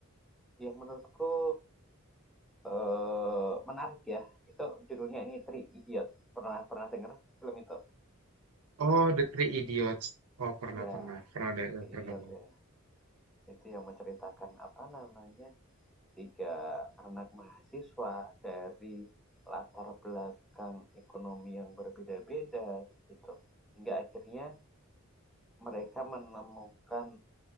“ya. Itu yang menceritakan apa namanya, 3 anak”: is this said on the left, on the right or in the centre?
Centre